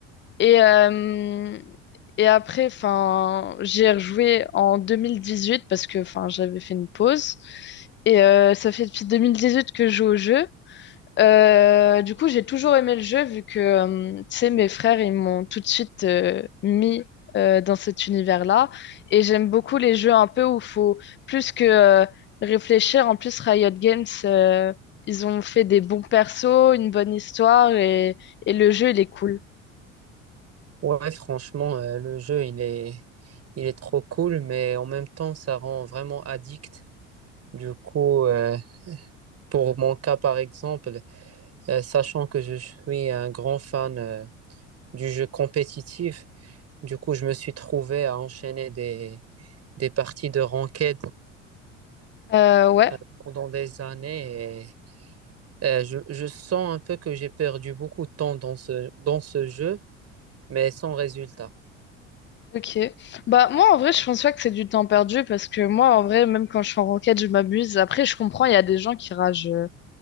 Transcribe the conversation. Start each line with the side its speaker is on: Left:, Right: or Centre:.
Left: Et, euh, et après, enfin, j'ai rejoué en 2018 parce que enfin, j'avais fait une pause. Et euh, ça fait depuis 2018 que je joue au jeu. Euh, du coup, j'ai toujours aimé le jeu vu que, euh, tu sais, mes frères, ils m'ont tout de suite euh, mis euh, dans cet univers-là. Et j'aime beaucoup les jeux un peu où il faut plus que euh, réfléchir. En plus, Riot Games, euh, ils ont fait des bons persos, une bonne histoire et, et le jeu, il est cool.
Right: Ouais, franchement, euh, le jeu, il est, il est trop cool, mais en même temps, ça rend vraiment addict. Du coup, euh, pour mon cas, par exemple, euh, sachant que je suis un grand fan euh, du jeu compétitif. Du coup, je me suis trouvé à enchaîner des, des parties de ranked
Left: Euh, ouais.
Right: euh, pendant des années et euh, je, je sens un peu que j'ai perdu beaucoup de temps dans ce, dans ce jeu, mais sans résultat.
Left: Ok. Bah moi en vrai je pense pas que c'est du temps perdu parce que moi en vrai même quand je suis en ranked je m'amuse. Après je comprends il y a des gens qui ragent euh,